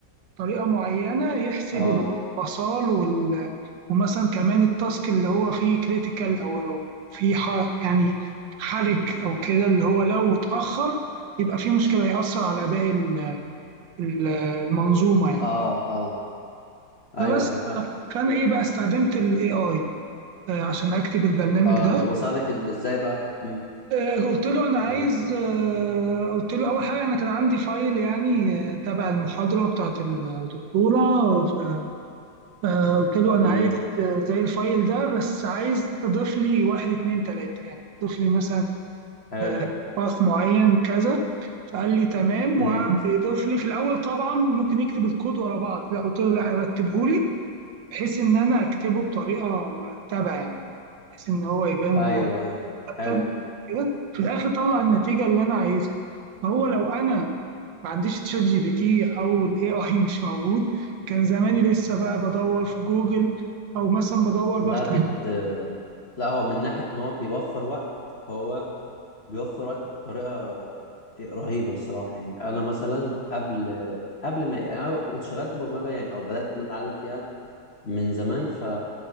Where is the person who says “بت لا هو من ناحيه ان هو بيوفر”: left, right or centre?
Left